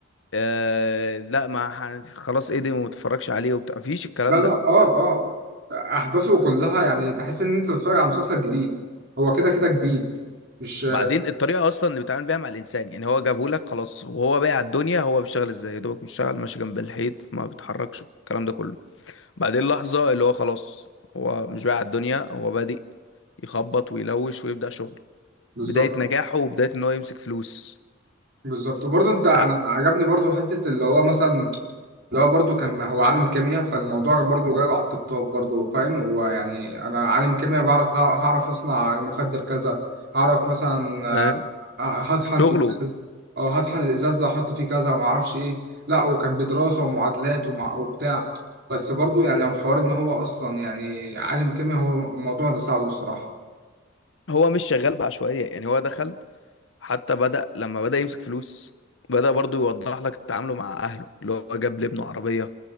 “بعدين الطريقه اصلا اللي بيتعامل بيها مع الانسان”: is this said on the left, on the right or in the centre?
Left